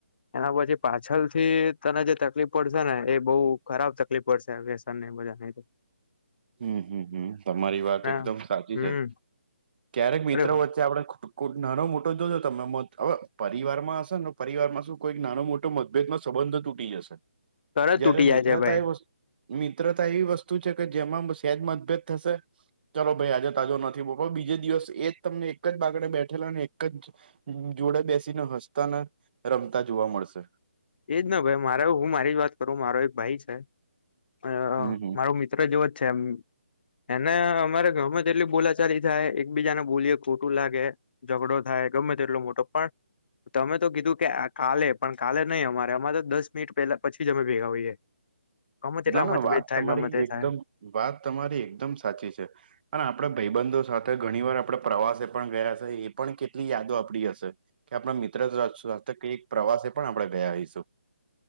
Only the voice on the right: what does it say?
હમ- હમ- હમ તમારી વાત
એકદમ સાચી
છે. ક્યારેક મિત્રો
વચ્ચે આપડે કોક નાનો મોટો જો-જો તમે મત, હવે પરિવારમાં હશે ને પરિવારમાં શું કોઈક નાનો મોટો મતભેદ સંબંધ તૂટી જશે.
જયારે
મિત્રતા
એ વસ્ મિત્રતા એવી વસ્તુ છે કે જેમાં સેજ મતભેદ થશે. ચાલો ભઈ આજે તાજો નથી બો <unintelligible> બીજે દિવસ એજ તમને એક જ બાગડે બેઠેલા ને એક જ જોડે બેસી ને હસતા ને રમતા જોવા મળશે.
હમ હમ
ના-ના
વાત
તમારી
એકદમ
વાત તમારી એકદમ સાચી છે. અને આપણે ભાઈબંધો સાથે ઘણી વાર આપણે પ્રવાસે પણ ગયા હસે. એ પણ કેટલી યાદો આપડી હશે. કે આપણા મિત્ર સાથે કે એક પ્રવાસે પણ આપણે ગયા હઈશું.